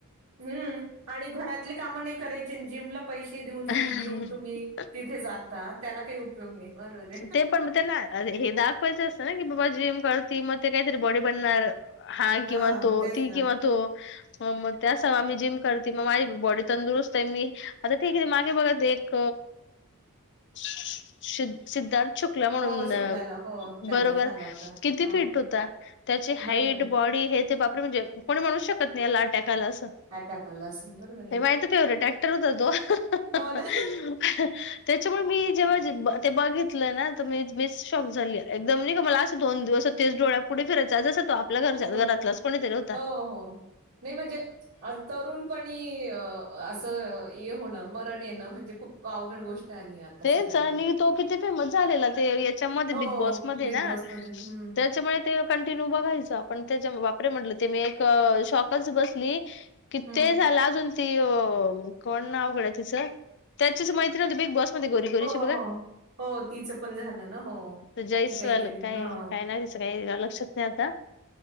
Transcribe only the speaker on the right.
हं. आणि घरातली काम नाही करायची जिमला पैसे देऊन,
फी देऊन तुम्ही तिथे जाता, त्याला काही उपयोग नाही. बरोबर आहे.
हां,
तेच
ना.
हो, शुक्लाला. हो, त्याला
झाला होता अटॅक.
हो,
बरोबर आहे.
अटॅक आला असेल. बरोबर आहे.
हो ना.
बरोबर.
हो, हो. नाही म्हणजे तरुणपणी असं हये होणं मरण येणं म्हणजे खूप अवघड गोष्टी आली आता
सगळ्या
हो,
बिग
बॉसमध्ये. हं,
हं.
हो,
हो. हो तिचं पण झालं ना हो
ती काहीतरी
हां.